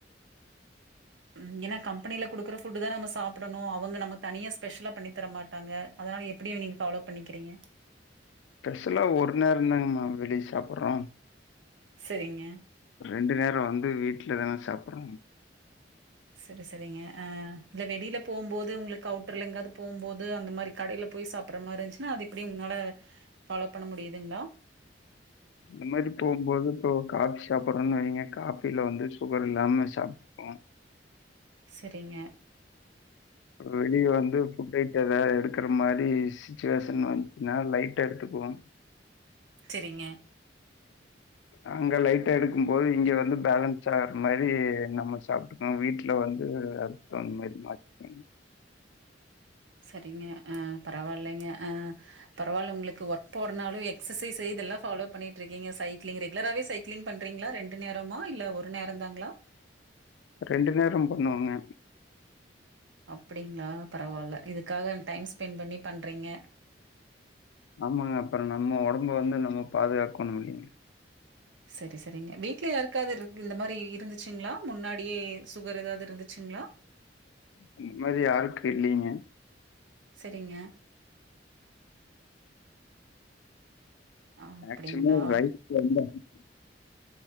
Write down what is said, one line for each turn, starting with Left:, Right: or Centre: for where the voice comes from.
Right: ம் ஏனா கம்பனில குடுக்குற ஃபுட்டு தா நம்ம சாப்டணு அவங்க நம்ம தனியாக ஸ்பெஷலாக பண்ணித்தர மாட்டாங்க அதனால எப்டியு நீங்க ஃபாலோ பண்ணிக்கிறீங்க
Left: பெஷலா ஒரு நேரந்தாங் மேம் வெளிய சாப்புறோ
Right: சரிங்க
Left: ரெண்டு நேரோ வந்து வீட்டுலதான சாப்புறோ
Right: செரி செரிங்க ஆ இந்த வெளில போம்போது உங்களுக்கு அவுட்டர்ல எங்காவது போம்போது அந்த மாதிரி கடையில போய் சாப்பிற மாதிரி இருந்துச்சுன்னா அது இப்டி உங்களனால ஃபாலோ பண்ண முடியுதுங்ளா
Left: அந்த மாரி போம்போது இப்போ காபி சாப்பிடுறோம்ன்னு வைங்க காபில வந்து சுகர் இல்லாம சாப்பிட்ப்போ
Right: செரிங்க
Left: வெளியே வந்து புஃட் டைட்டு ஏதது எடுக்கிற மாரி சிச்சுவேஷன் வந்துச்சுன்னா லைட்டா எடுத்துக்குவோ
Right: செரிங்க
Left: அங்க லைட்டா எடுக்கும் போது இங்க வந்து பேலன்ஸ் ஆகுற மாரி நம்ம சாப்ட்டுக்கோ வீட்டுல வந்து அறுத்தந்த மாரி மாத்திக்கோங்
Right: செரிங்க ஆ பரவால்லங்க ஆ பரவால்ல உங்களுக்கு ஒர்க் போறனாலு எக்சைஸ் இதெல்லாம் ஃபாலோ பண்ணட்டு இருக்கீங்க சை ங்க ரெகுலராவே சைக்ளிங் பண்றீங்களா ரெண்டு நேரமா இல்ல ஒரு நேரம் தாங்களா
Left: ரெண்டு நேரம் பண்ணுவேங்க
Right: அப்டிங்களா பரவால்ல இதுக்காக டைம் ஸ்பெண்ட் பண்ணி பண்றீங்க
Left: ஆமாங்க அப்பறம் நம்ம ஒடம்பு வந்து நம்ம பாதுகாக்கணு இல்லைங்க
Right: செரி செரிங்க வீடல யாக்காவது இந்த மாதிரி இருந்துச்சுங்களா முன்னாடியே சுகர் ஏதாவது இருந்துச்சுங்களா
Left: அந்த மாரி யாருக்கு இல்லலைங்க
Right: செரிங்க அ அப்படிங்களா?
Left: அட்சுலி ரைட வந்த ம்